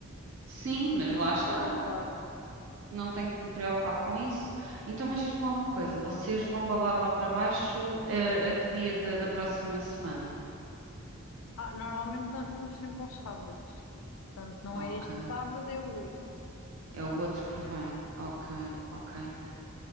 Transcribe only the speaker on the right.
sim, mas
lá está.
Não tenho que me preocupar com isso. Então, mas diz-me lá uma coisa: vocês vão balar lá para baixo, eh, a que dia da, da próxima semana?
Ok.
É o
outro que vem. Ok,
ok.